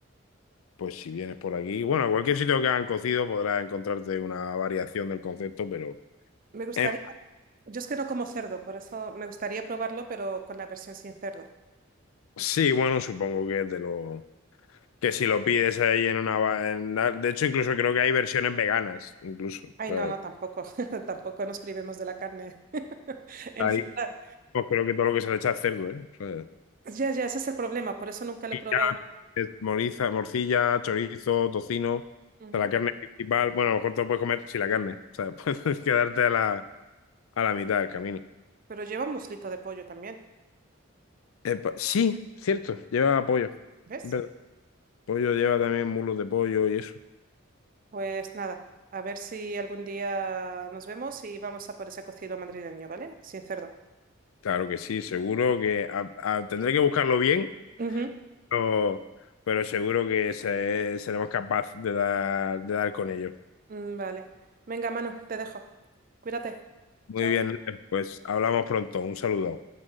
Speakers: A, on the left (about 80°); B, on the right (about 40°).
A: Pues si vienes por aquí, bueno, a cualquier sitio que hagan cocido podrás encontrarte una variación del concepto, pero
B: Me gustaría,
A: em,
B: yo es que no como cerdo, por eso me gustaría probarlo, pero con la versión sin cerdo.
A: sí, bueno, supongo que es de los que si lo pides ahí en una... va- en la- de hecho, incluso creo que hay versiones veganas, incluso. O
B: Ay,
A: sea,
B: no, no, tampoco, <laughs> tampoco nos privemos de la carne <laughs> en
A: ahí
B: general.
A: pues creo que todo lo que se le echa es cerdo, ¿eh? O sea,
B: Ya, ya, ese es el problema, por eso nunca lo
A: morcilla,
B: he probado.
A: eh, moriza- morcilla, chorizo, tocino, o
B: Ujú.
A: sea, la carne principal. Bueno, a lo mejor te lo puedes comer sin la carne. O sea, <laughs> puedes quedarte a la, a la mitad del camino.
B: Pero lleva un muslito de pollo también,
A: Epa, sí, cierto, lleva pollo.
B: ¿ves?
A: Es verdad. Pollo lleva también mulos de pollo y eso.
B: Pues nada, a ver si algún día nos vemos y vamos a por ese cocido madrileño, ¿vale? Sin cerdo.
A: Claro que sí, seguro que a- a- tendré que buscarlo bien
B: Ujú.
A: pero, pero seguro que se- seremos capaces de dar, de dar con ello.
B: Mm, Vale. Venga, Manu, te dejo. Cuídate.
A: Muy
B: Chao.
A: bien, pues hablamos pronto. Un saludo.